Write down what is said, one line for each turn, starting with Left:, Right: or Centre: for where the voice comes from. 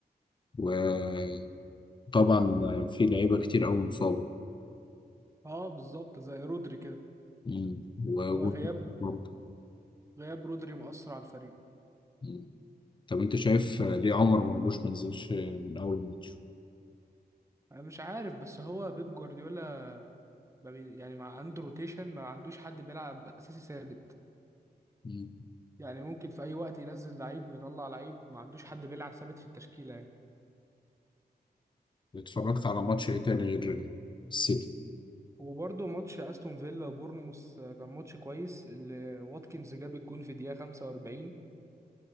Left: وطبعا آه، في لعيبة كتير أوي مصابة
Right: اه بالظبط زي رودري كده
Left: مم. وجون
Right: هو غياب
Left: برضه
Right: غياب رودري مؤثر على الفريق
Left: مم. طب انت شايف آه، ليه عمر مرموش ما نزلش آه، من أول الماتش؟
Right: انا مش عارف بس هو بيب جوارديولا ما بي- يعني ما عنده روتيشن ما عندوش حد بيلعب اساسي ثابت
Left: مم.
Right: يعني ممكن في اي وقت ينزل لعيب ويطلع لعيب ما عندوش حد بيلعب ثابت في التشكيله يعني
Left: اتفرجت على ماتش ايه تاني غير السيتي؟
Right: وبرضه ماتش استون فيلا وبورنموث كان ماتش كويس اللي واتكنز جاب الجون في دقيقه 45